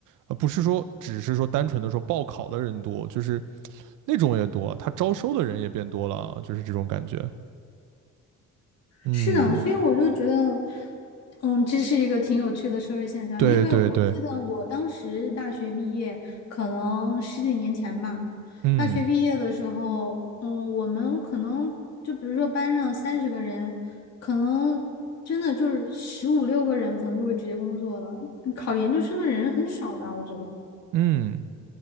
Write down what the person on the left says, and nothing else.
是的，所以我就觉得，嗯，这是一个挺有趣的社会现象。
因为我记得我当时大学毕业，可能十几年前吧。
大学毕业的时候，嗯，我们可能就比如说班上三十个人，可能真的就是十五六个人，可能就会直接工作了。考研究生的人很少的，我觉得。